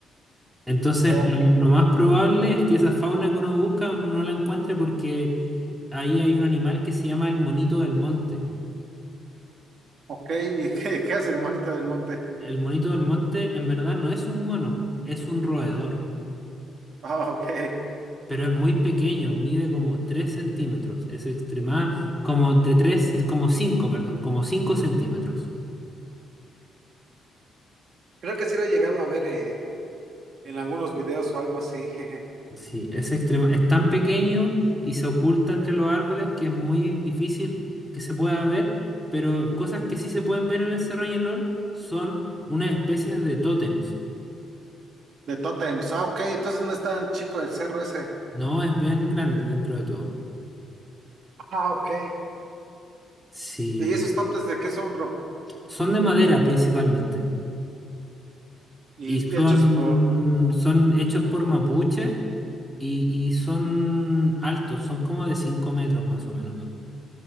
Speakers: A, in the centre; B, on the right (about 60°).
A: Entonces,
B: Ok.
A: lo, lo más probable es que esa fauna que uno busca uno no la encuentre porque ahí hay un animal que se llama el monito del monte.
B: Ok, ¿y qué, qué hace el monito del monte?
A: El monito del monte en verdad no es un mono, es un roedor.
B: Ah, ok.
A: pero es muy pequeño, mide como 3 centímetros, es extrema, como entre tres como cinco perdón, como 5 centímetros.
B: Creo que sí lo he llegado a ver en, en algunos videos o algo así. <laughs>
A: Sí, es extrema, es tan pequeño y se oculta entre los árboles que es muy difícil que se pueda ver, pero cosas que sí se pueden ver en el Cerro LOL son unas especies de tótems.
B: De tótems. Ah, ok, entonces no es tan chico el cerro ese.
A: No, es bien grande dentro de todo.
B: Ah, ok.
A: Sí,
B: ¿Y esos tótems de qué son, bro?
A: son de madera principalmente
B: Y
A: y son,
B: hechos por
A: son hechos por mapuches Y, y son altos, son como de 5 metros más o menos.